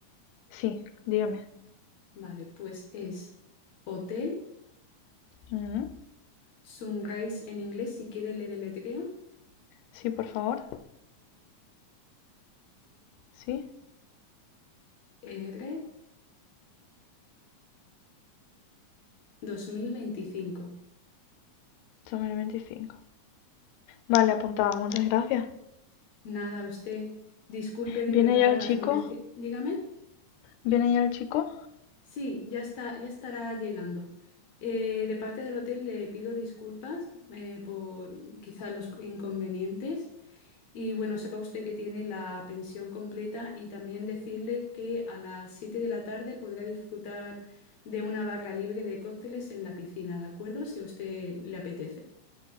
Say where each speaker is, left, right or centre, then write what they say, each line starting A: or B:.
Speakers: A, on the left (about 85°); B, on the left (about 65°).
A: Sí, dígame.
B: Vale, pues es Hotel
A: Mm,
B: Sunrise en inglés, si quiere le deletreo,
A: Sí, por favor. Sí,
B: S-U-N-R-I-S-E dos mil veinticinco
A: 2025. Vale, apuntada, muchas gracias.
B: Nada, usted, disculpe de
A: ¿Viene
B: verdad
A: ya el
B: las
A: chico?
B: molestias. Dígame.
A: ¿Viene ya el chico?
B: Sí, ya está, ya estará llegando. Eh, de parte del hotel le pido disculpas eh, por quizá los inconvenientes. Y bueno, sepa usted que tiene la pensión completa y también decirle que a las 7 de la tarde podrá disfrutar de una barra libre de cócteles en la piscina, ¿de acuerdo? Si a usted le apetece.